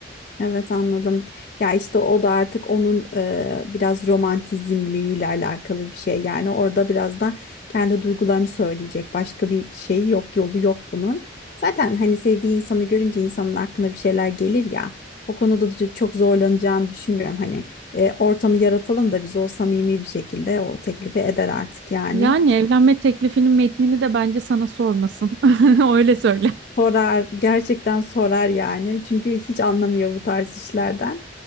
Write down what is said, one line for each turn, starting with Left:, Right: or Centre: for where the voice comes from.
Left: Evet anladım. Ya işte o da artık onun e, biraz romantizmliğiyle alakalı bir şey. Yani orada biraz da kendi duygularını söyleyecek. Başka bir şey yok, yolu yok bunun. Zaten hani sevdiği insanı görünce insanın aklına bir şeyler gelir ya. O konuda da çok zorlanacağını düşünmüyorum. Hani e, ortamı yaratalım da biz o samimi bir şekilde o teklifi eder artık yani.
Right: Yani evlenme teklifinin metnini de bence sana sormasın. <laughs> Öyle söyle.
Left: Sorar, gerçekten sorar yani. Çünkü hiç anlamıyor bu tarz işlerden.